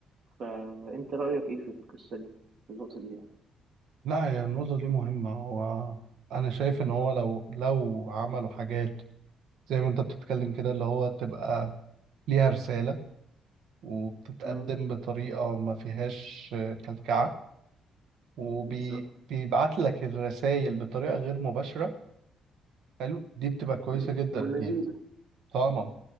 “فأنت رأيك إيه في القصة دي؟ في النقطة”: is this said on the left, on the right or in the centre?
Right